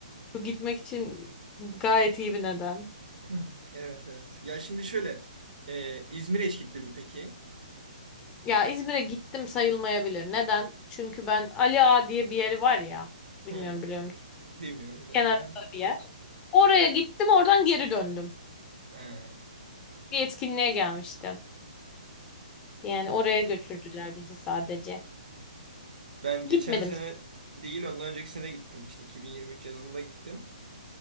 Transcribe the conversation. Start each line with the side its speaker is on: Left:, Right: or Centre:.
Left: Çok gitmek için gayet iyi bir neden.
Right: Hı. Evet evet. Ya şimdi şöyle. e, İzmir'e hiç gittin mi peki?
Left: Ya İzmir'e gittim sayılmayabilir. Neden? Çünkü ben Ali Ağa diye bir yeri var ya. Bilmiyorum
Right: Hı,
Left: biliyor musun?
Right: bilmiyorum da.
Left: Kenarında
Right: E,
Left: bir yer. Oraya gittim oradan geri döndüm.
Right: e,
Left: Bir etkinliğe gelmişti. Yani
Right: anladım.
Left: oraya götürdüler bizi sadece.
Right: Ben
Left: Gitmedim.
Right: geçen sene değil ondan önceki sene gittim. İşte 2023 yazında gittim.